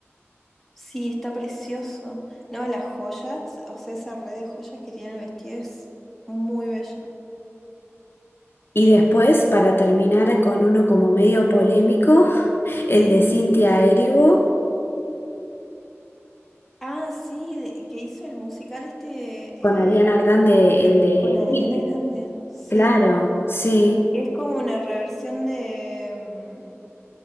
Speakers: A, in the centre; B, on the left (about 50°).
A: Sí, está precioso. No, las joyas, o sea, esa red de joyas que tiene el vestido es muy bella.
B: Y después, para terminar con uno como medio polémico, <laughs> el de Cynthia Erivo
A: Ah, sí, de- que hizo el musical este
B: con Ariana
A: eh,
B: Grande, el de
A: con Ariana
B: Wicked.
A: Grande, sí.
B: Claro, sí.
A: Que es como una reversión de,